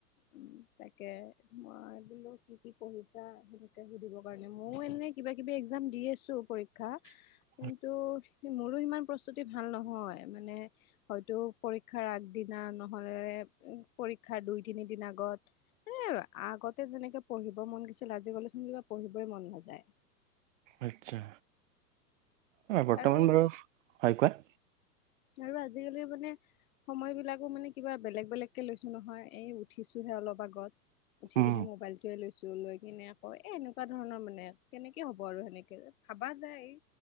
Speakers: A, on the left; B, on the right.
A: উম তাকে মই বোলো কি কি পঢ়িছা সেনেকে সুধিবৰ কাৰণে ময়ও এনে কিবা কিবি একজাম দি আছো পৰীক্ষা
B: <inaudible>
A: কিন্তু মোৰো ইমান প্ৰস্তুতি ভাল নহয় মানে হয়তো পৰীক্ষাৰ আগদিনা নহলে পৰীক্ষাৰ দুই তিনি দিন আগত এ আগতে যেনেকে পঢ়িব মন গৈছিল আজি গলেচোন কিবা পঢ়িবই মন নাযায়
B: আচ্ছা বৰ্তমান
A: আৰু
B: বাৰু হয় কোৱা
A: আৰু আজিকালি মানে সময় বিলাকো মানে কিবা বেলেগ বেলেগকে লৈছো নহয় এই উঠিছোহে অলপ আগত উঠিকেনে
B: উম
A: মোবাইলটো উঠাই লৈছো লৈ কিনে আকৌ এ এনেকুৱা ধৰণৰ মানে কেনেকে হ'ব আৰু সেনেকে ভাবা যায় এই